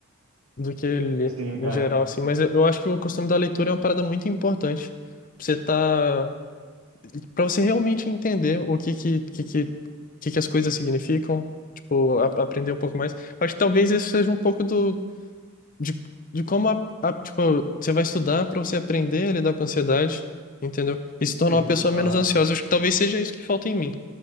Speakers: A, on the left; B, on the right.
A: do que li,
B: Sim,
A: em
B: é,
A: geral, assim. Mas eu, eu acho que o costume da leitura é uma parada muito importante. Você tá para você realmente entender o que que, que, que, que que as coisas significam, tipo, a- aprender um pouco mais. Acho que talvez isso seja um pouco do, de, de como, a, a- tipo, você vai estudar para você aprender a lidar com a ansiedade, entendeu? E se tornar
B: sim,
A: uma pessoa
B: aham.
A: menos ansiosa. Acho que talvez seja isso que falta em mim,